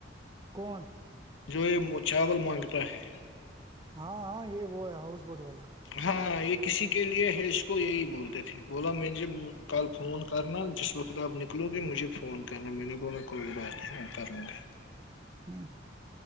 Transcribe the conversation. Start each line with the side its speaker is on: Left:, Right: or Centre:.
Right: کون
Left: تو یہ چاول مانگتا ہے
Right: ہاں ہاں یہ وہ ہے ہاؤس بوٹ والا
Left: ہاں ایک کسی کے لیے ہے اس کو یہی بولتے تھے بولا مجھے کل فون کرنا جس وقت آپ نکلو گے مجھے فون کرنا میں نے بولا کوئی بات نہیں کر گے
Right: ہ